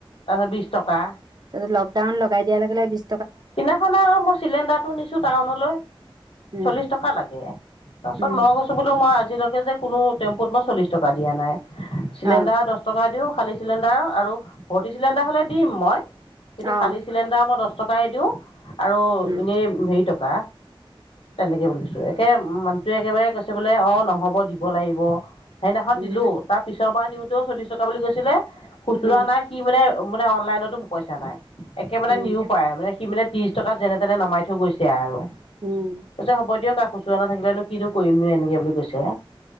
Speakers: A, on the left (about 90°); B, on the right (about 50°).
A: তাৰপিছত বিছ টকা।
B: তাছত লকডাউন লগাই দিয়া লগে-লগে বিছ
A: সিদনাখন আৰু মই চিলেণ্ডাৰটো নিছোঁ টাউনলৈ।
B: উম
A: চল্লিছ টকা লাগে। তাৰপিছত
B: উম
A: মই কৈছোঁ বোলো মই আজিলৈকে যে কোনো টেম্পুত মই চল্লিছ টকা দিয়া নাই। চিলেণ্ডাৰৰ
B: অ
A: দছ টকা দিওঁ খালি চিলেণ্ডাৰৰ আৰু ভৰ্তি চিলেণ্ডাৰ হ'লে দিম মই। কিন্তু খালি
B: অ
A: <unintelligible> চিলেণ্ডাৰৰ মই দছ টকাই দিওঁ আৰু
B: উম,
A: ইনেই হেৰি টকা। তেনেকে বুলি কৈছোঁ। একে মানুহটোৱে একেবাৰে কৈছে বোলে অ' নহ'ব দিব লাগিব। সেইদিনাখন
B: উম,
A: দিলো। তাৰ পিছৰ বাৰ নিওঁতেও চল্লিছ টকা বুলি কৈছিলে, খুচুৰা
B: উম,
A: নাই কি মানে মানে অনলাইনতো পইচা নাই। একে মানে
B: উম,
A: নিউ তাৰমানে সি মানে ত্ৰিছ টকাত যেনে-তেনে নমাই থৈ গৈছে আৰু তাৰছত
B: উম,
A: হ'ব দিয়ক আৰু খুছ <unintelligible> নাথাকিলে কিনো কৰিম নে এনেকে বুলি কৈছে।